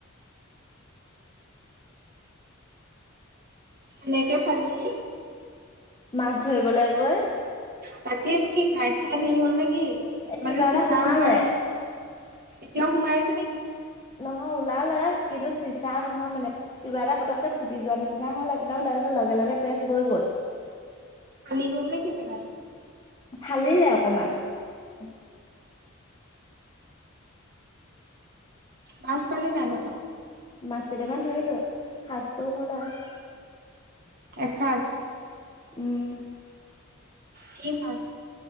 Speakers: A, on the left (about 20°); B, on the right (about 45°).
A: <unintelligible>
B: কেনেকে ফালিলি
A: মাছ ধৰিবলে গৈ
B: তাকে কি কাইট-চাইট হেৰি হ'ল নে কি
A: কিবা
B: মানে চিচাৰ
A: এটা সোমালে
B: সোমাই এতিয়াও সোমাই আছে নেকি
A: অ ওলালে কিন্তু চিচা নহয় মানে কিবা এটা পতককে ফুটি যোৱা নিচিনা হ'ল একদম তাৰ পিছত লগে-লগে তাতে তেজ বৈ গ'ল
B: কালি গল নেকি চেকাপ
A: ফালিলে অকনমান শুকাই
B: মাছ পালি নাই তাৰপৰা
A: মাছ কেইটামান ধৰিলো সাজটোও হ'ল আৰু
B: এসাঁজ
A: উম
B: কি মাছ?